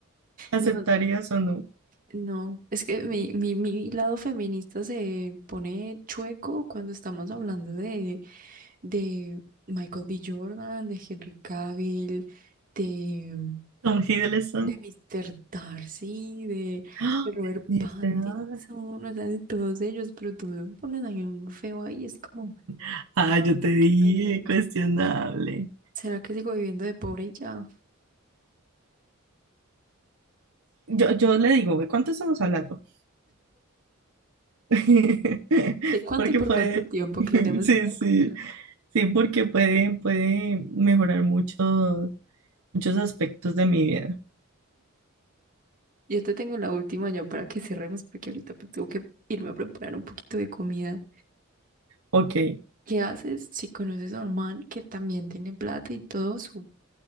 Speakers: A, on the right; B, on the right.
A: ¿Aceptarías
B: No,
A: o no?
B: No, es que mi, mi, mi lado feminista se pone chueco cuando estamos hablando de, de Michael B. Jordan, de Henry Cavill, de,
A: Tom Hiddleston.
B: de Mr. Darcy, de,
A: ¡Ah!
B: de Robert
A: Dice,
B: Pattinson,
A: ah,
B: o sea, de todos ellos, pero tú me pones ahí un feo ahí, es como,
A: <laughs> ah,
B: ah,
A: yo te dije,
B: qué pereza.
A: cuestionable.
B: ¿Será que sigo viviendo de pobre y ya?
A: Yo, yo le digo, ¿de cuánto estamos hablando? <laughs>
B: ¿De cuánto
A: Porque
B: y por
A: puede,
B: cuánto tiempo?
A: <laughs>
B: Aclaremos
A: sí,
B: bien el
A: sí,
B: contrato.
A: sí, porque puede, puede mejorar muchos, muchos aspectos de mi vida.
B: Yo te tengo la última ya para que cerremos, porque ahorita pues, tengo que irme a preparar un poquito de comida.
A: Ok,
B: ¿Qué haces si conoces a un man que también tiene plata y todo su,